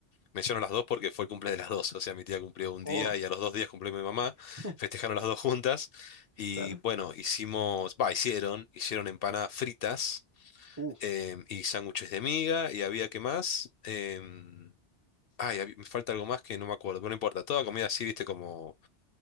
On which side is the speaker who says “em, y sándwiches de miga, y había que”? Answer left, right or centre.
Left